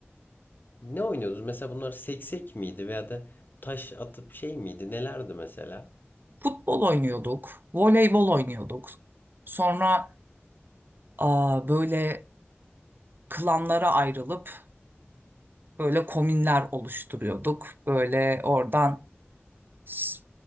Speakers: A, on the left; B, on the right.
A: Ne oynuyordunuz? Mesela bunlar seksek miydi veya da taş atıp şey miydi? Nelerdi mesela?
B: Futbol oynuyorduk, voleybol oynuyorduk. Sonra aa, böyle klanlara ayrılıp böyle komünler oluşturuyorduk. Böyle oradan s-